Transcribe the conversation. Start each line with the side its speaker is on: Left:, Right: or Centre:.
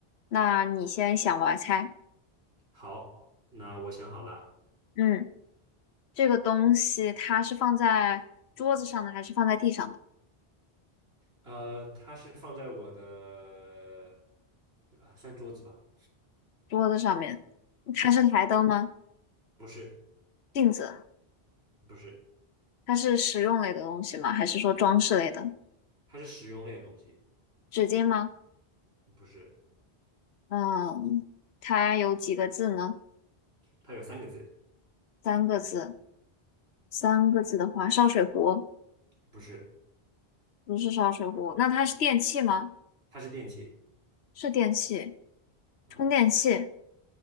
Left: 那你先想，我来猜。
Right: 好，那我想好了，
Left: 嗯，这个东西它是放在桌子上的，还是放在地上的？
Right: 呃，它是放在我的啊，算桌子吧，
Left: 桌子上面，
Right: 啊，
Left: 它是台灯吗？
Right: 不是，
Left: 镜子？
Right: 不是，
Left: 它是实用类的东西吗？还是说装饰类的？
Right: 它是实用类的东西，
Left: 纸巾吗？
Right: 不是，
Left: 嗯，它有几个字呢？
Right: 它有三个字，
Left: 三个字。三个字的话，烧水壶
Right: 不是，
Left: 不是烧水壶，那它是电器吗？
Right: 它是电器，
Left: 是电器，充电器，
Right: 啊、